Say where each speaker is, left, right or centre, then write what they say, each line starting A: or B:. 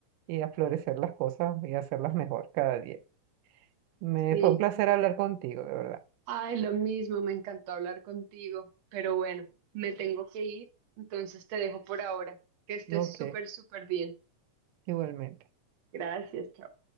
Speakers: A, on the right (about 85°); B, on the right (about 60°).
A: y a florecer las cosas y hacerlas mejor cada día. Me
B: Sí. Sí,
A: fue un placer hablar contigo, de verdad.
B: ay, lo mismo, me encantó hablar contigo, pero bueno, me tengo que ir, entonces te dejo por ahora. Que estés
A: Ok,
B: súper, súper bien.
A: igualmente.
B: Gracias, chao.